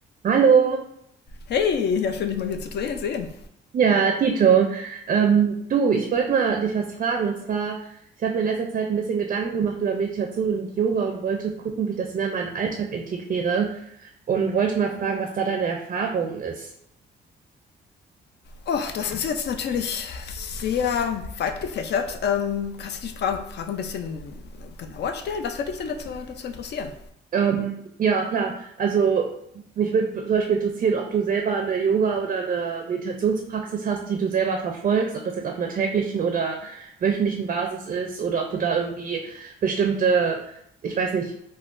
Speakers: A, on the right; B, on the left.
A: Hallo,
B: Hey, ja, schön, dich mal wieder zu sehen.
A: ja, Dito. Ähm, du, ich wollte mal dich was fragen. Und zwar, ich habe mir in letzter Zeit ein bisschen Gedanken gemacht über Meditation und Yoga und wollte gucken, wie ich das mehr in meinen Alltag integriere und wollte mal fragen, was da deine Erfahrung ist.
B: Oh, das ist jetzt natürlich sehr weit gefächert. Ähm, kannst du die Spra- Frage ein bisschen genauer stellen? Was würde dich denn dazu, dazu interessieren?
A: Ähm, ja, klar. Also mich würde zum Beispiel interessieren, ob du selber eine Yoga- oder eine Meditationspraxis hast, die du selber verfolgst, ob das jetzt auf einer täglichen oder wöchentlichen Basis ist oder ob du da irgendwie bestimmte, ich weiß nicht,